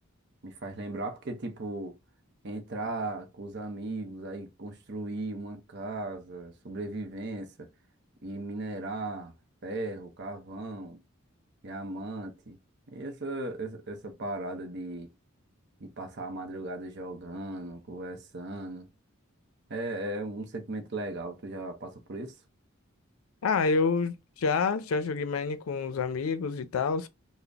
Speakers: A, on the right; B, on the left.
A: Me faz lembrar porque, tipo, entrar com os amigos, aí construir uma casa, sobrevivência, e minerar ferro, carvão, diamante. E essa, essa, essa parada de, de passar a madrugada jogando, conversando, é, é um sentimento legal. Tu já passa por isso?
B: Ah, eu já, já joguei Mine com os amigos e tal,